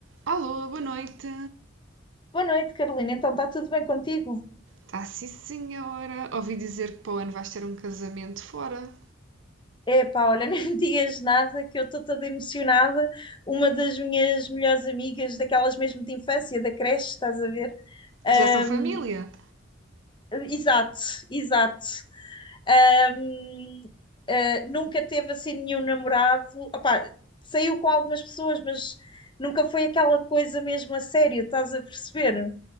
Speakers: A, on the right; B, on the left.
A: Alô, boa noite.
B: Boa noite, Carolina. Então, está tudo bem contigo?
A: Tá sim, senhora. Ouvi dizer que para o ano vais ter um casamento fora.
B: Epá, olha, <laughs> nem me digas nada que eu estou toda emocionada. Uma das minhas melhores amigas, daquelas mesmo de infância, da creche, estás a ver? Ahm,
A: Que já são família.
B: exato, exato. Ahm, ah, nunca teve assim nenhum namorado. Opá, saiu com algumas pessoas, mas nunca foi aquela coisa mesmo a sério, estás a perceber?